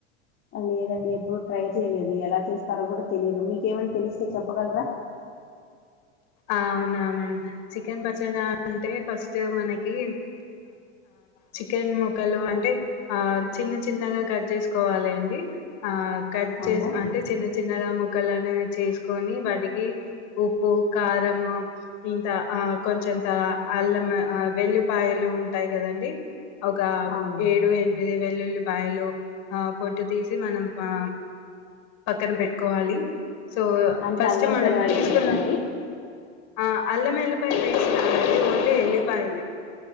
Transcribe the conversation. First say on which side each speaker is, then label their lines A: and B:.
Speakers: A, on the left; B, on the left.
A: లేదండి ఎప్పుడు ట్రై చేయలేదు ఎలా చేస్తారో కూడా తెలియదు మీకేమని తెలిస్తే చెప్పగలరా
B: అవునా మ్యాడం చికెన్ పచ్చడా అంటే ఫస్ట్ మనకి చికెన్ ముక్కలు అంటే చిన్న చిన్నగా కట్ చేసుకోవాలి అండి కట్
A: అవునా
B: చేసి
A: అండి
B: అంటే చిన్న చిన్నగా ము క్కనే చేసుకొని వాటి ఇకి ఒప్పు కారంము ఇంత ఆ కొంచంత అల్లమ వెల్లులిపాయలు ఉంటాయి కదంీ ఒక
A: అవునండి
B: ఏడు ఎనిమిది వెల్లు బయలు ఆ పొట్టు తీసి మనం ఆ పక్కన పెట్టుకోవాలి సో
A: అంటే
B: ఫస్ట్
A: అల్లం
B: మనం
A: తెలవాయి
B: తీసుకున్నాం
A: పేస్ట్ అండి
B: ఆ అల్లం ఎల్లిపాయల్ వసిత అలీ ఎల్లిపాయలే